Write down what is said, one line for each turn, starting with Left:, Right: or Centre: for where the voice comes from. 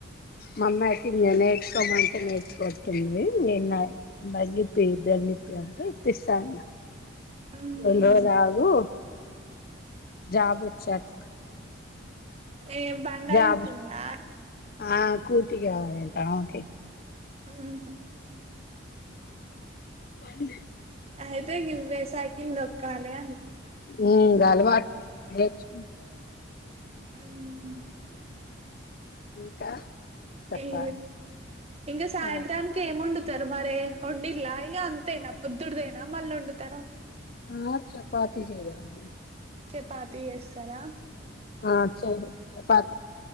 Left: మమ్మాకి ఎనే అంటే నేర్చు కొట్ంది నిన్న బంప్ప బండిప్ప అంటా ఇప్పిస్తాన్న
Right: ఉహు
Left: న్ని రోజులాగు జాబ్ వచ్చాక
Right: ఏ బండారితుందా
Left: జాబ్ ఆ కూటిి గావాలంటా ఓకే
Right: ఊహు
Left: వన్ది
Right: అయితే గివేసాయి తింద కాాల అ
Left: ఉ గాల మాట్ నేర్చుకు
Right: ఉ
Left: ఇంకా చెప్పాలి
Right: ఇ ఇంకా సాయంత్రానికి
Left: ఆ
Right: ఏమొండు తర్ మరే వొండిల్ల ఇగ అంతేనా పొదుడ్దే నా మళ్ళ వొండుతర
Left: ఆ చపాతి జెయ్యాలి.
Right: చపాతీ జేస్సారా
Left: ఆ చెయరు చపాతి